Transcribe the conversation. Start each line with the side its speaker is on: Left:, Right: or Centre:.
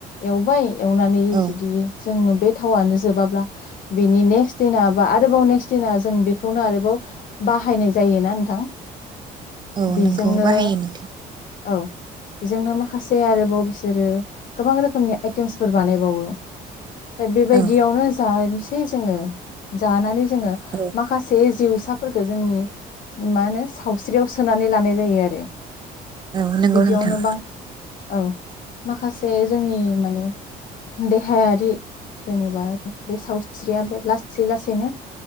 Left: एवबाय एवनानै
Right: औ
Left: जुदि जोङो बे थावनो जोबाब्ला बिनि नेक्स्ट दिना बा आरोबाव नेक्स्ट दिना जों बेखौनो आरोबाव बाहायनाय जायोना नोंथां
Right: औ
Left: बेजोंनो
Right: नोंखौ बाहायो नोंथां
Left: औ बेजोंनो माखासे आरोबाव बिसोरो गोबां रोखोम खोमनि आइटेमसफोर बानायबावो ओम बेबायदियावनो
Right: औ
Left: जानोसै जोङो जानानै जोङो
Right: औ
Left: माखासे जिउसाफोरफोरखौ जोंनि मा होनो सावस्रियाव सोनानै लानाय जायो आरो
Right: औ नंगौ
Left: बिदियावनो
Right: नोंथां
Left: बां औ माखासे जोंनि माने देहायारि जेनेबा बे सावस्रिया लासै लासैनो